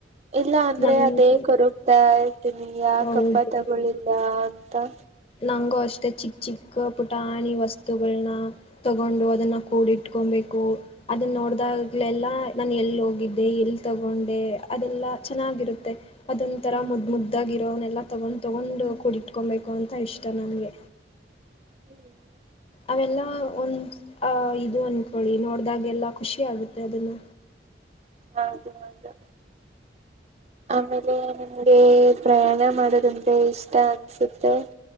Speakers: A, on the right (about 35°); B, on the left (about 30°).
A: ಇಲ್ಲ ಅಂದ್ರೆ
B: ನಂಗೆ
A: ಅದೇ ಕೊರುಗ್ತಾ ತಿನೀ ಯಾಕಪ್ಪ
B: ಹೌದು
A: ತಗೊಳಿಲ್ಲಾ ತ
B: ನಂಗೂ ಅಷ್ಟೇ ಚಿಕ್ಕ ಚಿಕ್ಕ ಪುಟಾಣಿ ವಸ್ತುಗಳನ್ನ ತಗೊಂಡು ಅದನ್ನ ಕೂಡಿಟ್ಕೋಂಬೇಕು ಅದನ್ನ ನೋಡ್ದಾಗ್ಲೆಲ್ಲಾ ನಾನು ಎಲ್ ಹೋಗಿದ್ದೆ ಎಲ್ಲಿ ತಗೊಂಡೆ ಅದೆಲ್ಲಾ ಚೆನ್ನಾಗಿರುತ್ತೆ ಅದೊಂ ತರ ಮುದ್ ಮುದ್ದಾಗಿರೋನ್ನೆಲ್ಲ ತಗೊಂಡ್ ತಗೊಂಡು ಕೂಡಿಟ್ಕೊಂಬೇಕು ಅನ್ ತ ಇಷ್ಟ ನನ್ಗೆ
A: <inaudible>
B: ಅವೆಲ್ಲ ಒಂದ್ ಆ ಇದು ಅನ್ಕೊಳ್ಳಿ ನೋಡ್ದಾಗೆಲ್ಲ ಖುಷಿ ಆಗುತ್ತೆ ಅದನ್ನ
A: ಹೌದು ಹೌದು ಆಮೇಲೆ ನಿಮ್ಗೆ ಪ್ರಯಾಣ ಮಾಡೋದಂದ್ರೆ ಇಷ್ಟ ಅನ್ಸುತ್ತೆ.